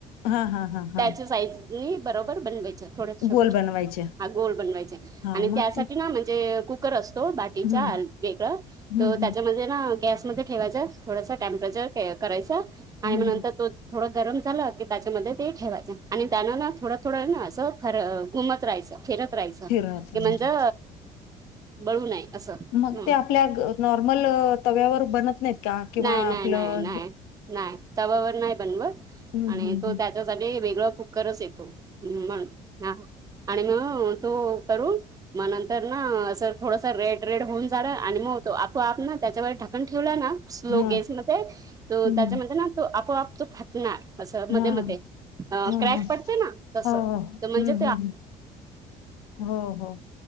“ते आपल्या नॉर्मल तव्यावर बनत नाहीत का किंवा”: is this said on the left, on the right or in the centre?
Left